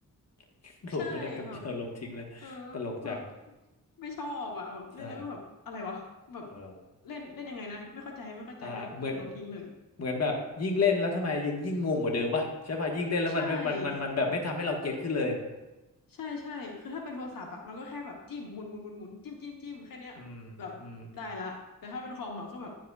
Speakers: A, on the left (about 50°); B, on the left (about 75°).
A: <laughs> โหลดไม่ได้แป๊บเดียวลบทิ้งเลยตลกจัง
B: ใช่แบบเออแบบไม่ชอบอ่ะแบบเล่นแล้วก็แบบอะไรวะแบบ
A: ใช่เออ
B: เล่นเล่นยังไงนะไม่เข้าใจไม่เข้าใจก็เออลบทิ้งเลย
A: อ่าเหมือนเหมือนแบบยิ่งเล่นแล้วทำไมยังยิ่งงงกว่าเดิมปะใช่ปะยิ่งเล่นแล้วมันไม่มันมันมันแบบไม่ทำให้เราเก็ตขึ้นเลย
B: ใช่ใช่ใช่คือถ้าเป็นโทรศัพท์อะมันก็แค่แบบจิ้มหมุนหมุนหมุนหมุนจิ้มจิ้มจิ้มแค่เนี้ยแบบได้ละแต่ถ้าเป็นคอมอะก็แบบ
A: อืม อืม